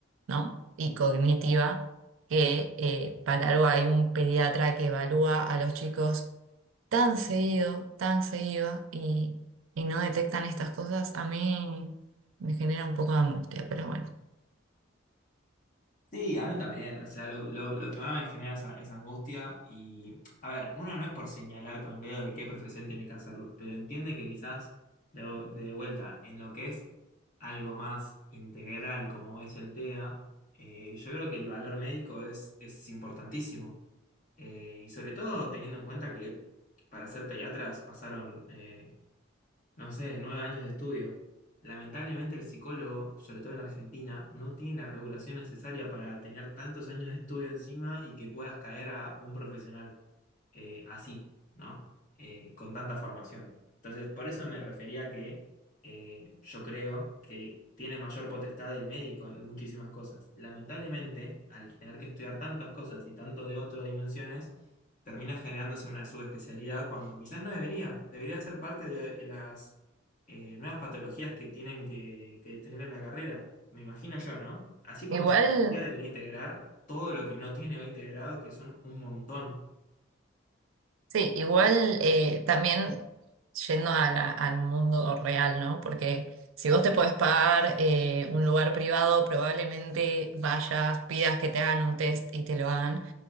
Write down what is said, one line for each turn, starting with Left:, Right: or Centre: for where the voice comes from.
Right: ¿no? Y cognitiva, que eh, para algo hay un pediatra que evalúa a los chicos tan seguido, tan seguido, y, y no detectan estas cosas, a mí me genera un poco de angustia, pero bueno.
Left: Sí, a mí también, o sea, lo, lo- lo que más me genera esa, esa angustia y, a ver, uno no es por señalar con el dedo de qué profesión tiene que hacerlo, pero entiende que quizás de, de vuelta en lo que es algo más integral como es el TEA, eh, yo creo que el valor médico es, es importantísimo eh, y sobre todo teniendo en cuenta que para ser pediatras pasaron eh, no sé, nueve años de estudio. Lamentablemente el psicólogo, sobre todo en Argentina, no tiene la regulación necesaria para tener tantos años de estudio encima y que puedas caer a un profesional eh, así, ¿no? Eh, con tanta formación. Entonces, por eso me refería que eh, yo creo que tiene mayor potestad el médico en muchísimas cosas. Lamentablemente, al tener que estudiar tantas cosas y tanto de otras dimensiones, termina generándose una subespecialidad cuando quizás no debería. Debería ser parte de las eh, nuevas patologías que tienen que, que tener en la carrera. Me imagino yo, ¿no? Así como
Right: Igual.
Left: psicología debería integrar todo lo que no tiene hoy integrado, que son un montón.
Right: Sí, igual eh, también yendo a la- al mundo real, ¿no? Porque si vos te podés pagar eh, un lugar privado, probablemente vayas, pidas que te hagan un test y te lo hagan.